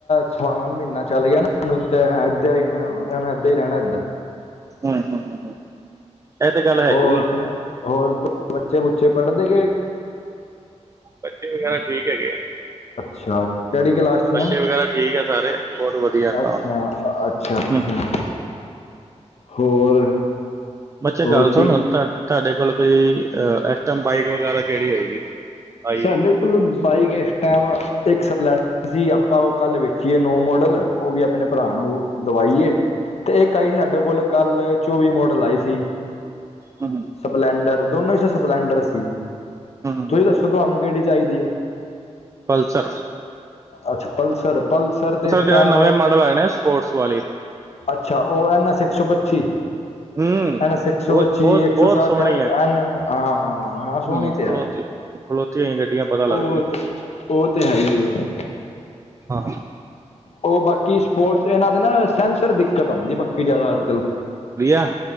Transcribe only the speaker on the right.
ਹਮ ਹਮ ਇਹ ਤੇ ਗੱਲ ਹੈਗੀ
ਆ
ਬੱਚੇ ਵਗੈਰਾ ਠੀਕ ਹੈਗੇ
ਬੱਚੇ
ਵਗੈਰਾ ਠੀਕ ਆ ਸਾਰੇ ਬਹੁਤ ਵਧੀਆ ਤਾਂ।
ਹੂੰ
ਬੱਚਾ
ਗੱਲ
ਸੁਣ ਤੁਹਾਡੇ ਕੋਲ ਕੋਈਟਮ ਬਾਈਕ ਵਗੈਰਾ ਕਿਹੜੀ ਹੋਏਗੀ ਆਈ
ਹੋਈ
ਹੂੰ
ਹੂੰ ਹੂੰ ਹੂੰ
ਪਲਸਰ
ਜਿਹੜਾ
ਨਵੇਂ ਮਾਡਲ ਆਏ ਨੇ ਸਪੋਰਟਸ ਵਾਲੀ
ਹੂੰ
ਬਹੁਤ ਬਹੁਤ
ਬਹੁਤ ਸੋਹਣੀ ਹੈ
ਹੂੰ
ਖਲੋਤੀ
ਖਲੋਤੀ ਹੋਈ ਗੱਡੀਆਂ ਪਤਾ ਲੱਗਦੀਆਂ
ਹਾਂ
ਆਹ